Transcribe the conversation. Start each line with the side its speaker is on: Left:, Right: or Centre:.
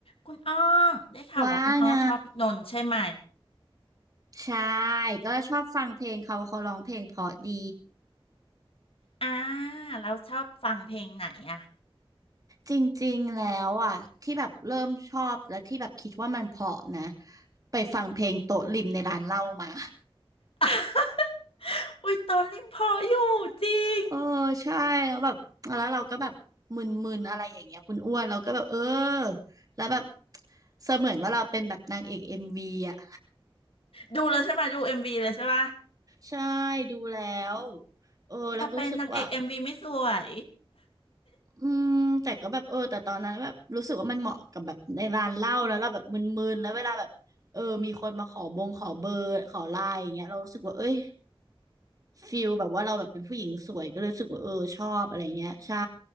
Left: คุณอ้อได้ข่าวว่าคุณอ้อชอบนนท์ใช่ไหม
Right: ว่าไงใช่ก็ชอบฟังเพลงเขาเขาร้องเพลงเพราะดี
Left: อ่าแล้วชอบฟังเพลงไหนอ่ะ
Right: จริงๆแล้วอ่ะที่แบบเริ่มชอบและที่แบบคิดว่ามันเพราะนะไปฟังเพลงโต๊ะริมในร้านเหล้ามา <laughs>
Left: <laughs> อุ้ยตอนริมพออยู่จริง
Right: เออใช่แล้วแบบแล้วเราก็แบบมึนๆอะไรอย่างเงี้ยคุณอ้วนเราก็แบบเออแล้วแบบเสมือนว่าเราเป็นแบบนางเอกเอ็มวีอ่ะ
Left: ดูแล้วใช่ไหมดูเอ็มวีเลยใช่ปะ
Right: ใช่ดูแล้วเออแล้วก็รู้สึกว่า
Left: อย่าเป็นนางเอกเอ็มวีไม่สวย
Right: อืมแต่ก็แบบเออแต่ตอนนั้นแบบรู้สึกว่ามันเหมาะกับแบบในร้านเหล้าแล้วเราแบบมึนๆแล้วเวลาแบบเออมีคนมาขอบงขอเบอร์ขอไลน์อย่างเงี้ยเรารู้สึกว่าเอ้ยฟิลแบบว่าเราแบบเป็นผู้หญิงสวยก็เลยรู้สึกว่าเออชอบอะไรเงี้ยใช่